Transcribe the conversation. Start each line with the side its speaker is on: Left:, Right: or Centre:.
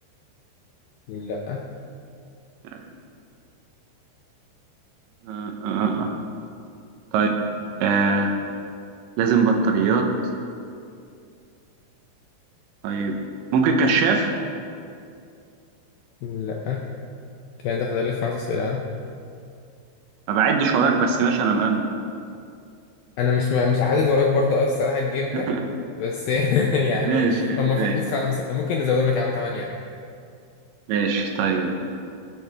Left: لا
Right: آه، آه، آه. آه. طيب آه لازم بطاريات طيب ممكن كشاف
Left: لا كان ده فاضل لي خمس أسئلة
Right: ما بعدش وراك بس ماشي انا مأمن
Left: انا مش مش عادد وراك برضه قوي الصراحه الجيم
Right: <laughs>
Left: ده بس <laughs> يعني
Right: ماشي
Left: هم
Right: ماشي
Left: في حدود خمسه ممكن نزودهم لك يا عم تمانية عادي
Right: ماشي طيب